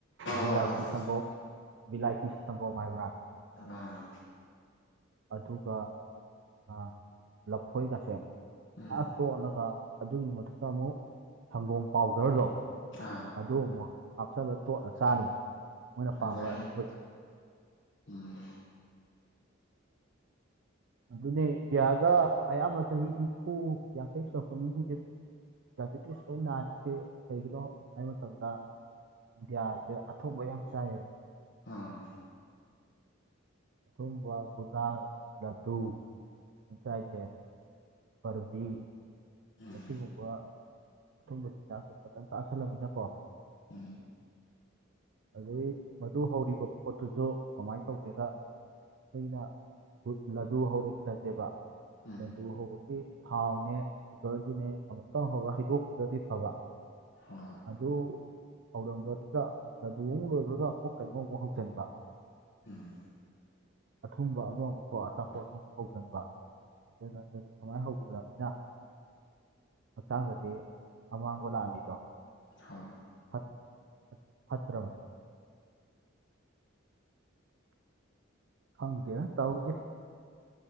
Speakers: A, on the right; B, on the left.
A: ꯕꯤꯂꯥꯏꯇꯤ
B: ꯍꯣꯏ ꯍꯣꯏ ꯍꯣꯏ
A: ꯁꯪꯒꯣꯝ ꯕꯤꯂꯥꯏꯇꯤ ꯁꯪꯒꯣꯝ ꯍꯥꯏꯕ꯭ꯔꯥ
B: ꯑꯥ
A: ꯑꯗꯨꯒ ꯑꯥ ꯂꯐꯣꯏꯒꯁꯦ <unintelligible>
B: ꯎꯝ
A: ꯇꯣꯠꯂꯒ ꯑꯗꯨꯒꯤ ꯃꯊꯛꯇ ꯑꯃꯨꯛ ꯁꯪꯒꯣꯝ ꯄꯥꯎꯗꯔꯗꯣ
B: ꯑꯥ
A: ꯑꯗꯨ ꯑꯃꯨꯛ ꯍꯥꯞꯆꯜꯂ ꯇꯣꯠꯂ ꯆꯥꯔꯤ ꯃꯣꯏꯅ
B: ꯐꯖꯩ
A: ꯄꯥꯝꯕ ꯑꯊꯨꯝꯕ <unintelligible>
B: ꯎꯝ
A: ꯑꯗꯨꯅꯦ ꯏꯟꯗꯤꯌꯥꯗ ꯑꯌꯥꯝꯕ ꯆꯍꯤ ꯅꯤꯐꯨ ꯌꯥꯡꯈꯩ ꯁꯨꯔꯛꯄ ꯃꯤꯖꯤꯡꯖꯦ ꯗꯥꯏꯄꯤꯇꯤꯁ ꯂꯣꯏ ꯅꯥꯔꯤꯖꯦ ꯀꯩꯒꯤꯅꯣ <unintelligible> ꯃꯇꯝꯗ ꯏꯟꯗꯤꯌꯥꯖꯦ ꯑꯊꯨꯝꯕ ꯌꯥꯝ ꯆꯥꯏ <unintelligible>
B: ꯑꯥ
A: ꯑꯊꯨꯝꯕ ꯒꯨꯂꯥ ꯂꯗꯨ <unintelligible> ꯆꯥꯏꯖꯦ ꯄ꯭ꯔꯕꯤ
B: ꯎꯝ
A: ꯑꯁꯤꯒꯨꯝꯕ ꯑꯊꯨꯝꯕ ꯆꯤꯟꯖꯥꯛꯇꯣ ꯐꯖꯅ ꯆꯥꯁꯟꯂꯝꯅꯤꯅ ꯀꯣ
B: ꯎꯝ
A: ꯑꯗꯩ ꯃꯗꯨ ꯍꯧꯔꯤꯕ ꯄꯣꯠꯇꯨꯖꯨ ꯀꯃꯥꯏ ꯇꯧꯒꯦꯗ ꯑꯩꯈꯣꯏꯅ ꯂꯗꯨ ꯍꯧꯔꯦ ꯈꯠꯂꯖꯦꯕ
B: ꯎꯝ
A: ꯂꯗꯨ ꯍꯧꯕꯒꯤ ꯊꯥꯎꯅꯦ ꯁꯨꯒꯔꯗꯨꯅꯦ ꯑꯃꯨꯛꯇꯪ ꯍꯧꯔꯥ ꯍꯩꯗꯣꯛꯄꯤꯗ꯭ꯔꯗꯤ ꯐꯕ
B: <unintelligible>
A: ꯑꯗꯨ ꯍꯧꯔꯝꯕꯗꯨꯗ ꯂꯗꯨ ꯑꯃꯨꯛ ꯂꯣꯏꯕꯒ ꯑꯃꯨꯛ ꯀꯩꯅꯣꯃꯨꯛ ꯍꯧꯖꯟꯕ
B: ꯎꯝ
A: ꯑꯊꯨꯝꯕ ꯑꯃꯃꯨꯛꯀꯣ ꯑꯆꯥꯄꯣꯠ ꯑꯃꯨꯛ ꯍꯧꯖꯟꯕ <unintelligible> ꯁꯨꯃꯥꯏ ꯍꯧꯗꯣꯏꯕ <unintelligible> ꯍꯛꯆꯥꯡꯗꯗꯤ ꯑꯃꯥꯡꯕ ꯂꯥꯛꯍꯟꯂꯤꯗꯣ
B: ꯍꯣꯏ
A: ꯐꯠ ꯐꯠꯇ꯭ꯔꯕ ꯈꯪꯗꯦꯗ ꯇꯧꯔꯤꯖꯦ